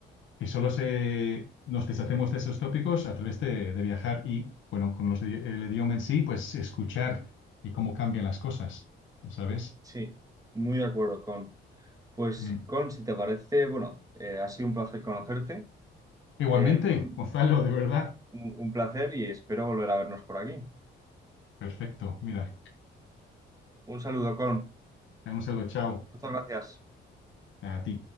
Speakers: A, on the left; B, on the right.
A: que solo se, nos deshacemos de esos tópicos a través de, de viajar y, bueno, con los, di- el idioma en sí, pues escuchar y cómo cambian las cosas, ¿sabes?
B: Sí, muy de acuerdo con. Pues,
A: Mm.
B: Con, si te parece, bueno, eh, ha sido un placer conocerte,
A: Igualmente,
B: em,
A: Gonzalo, de verdad.
B: un un placer y espero volver a vernos por aquí.
A: Perfecto, mira.
B: Un saludo, Con.
A: Un saludo, chao
B: Muchas gracias.
A: a ti.